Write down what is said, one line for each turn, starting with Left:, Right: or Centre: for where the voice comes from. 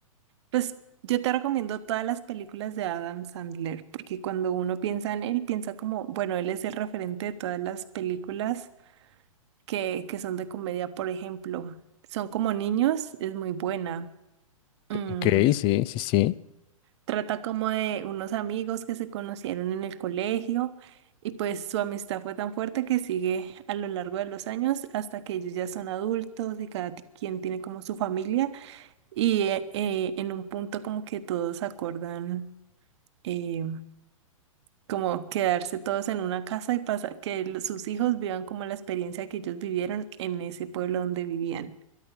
Right: pues yo te recomiendo todas las películas de Adam Sandler, porque cuando uno piensa en él, piensa como, bueno, él es el referente de todas las películas que, que son de comedia, por ejemplo. Son como niños, es muy buena. Mm,
Left: Ok, sí, sí, sí.
Right: Trata como de unos amigos que se conocieron en el colegio y pues su amistad fue tan fuerte que sigue a lo largo de los años hasta que ellos ya son adultos y cada ti- quien tiene como su familia y eh, eh, en un punto como que todos acordan eh, como quedarse todos en una casa y pasa que los- sus hijos vivan como la experiencia que ellos vivieron en ese pueblo donde vivían.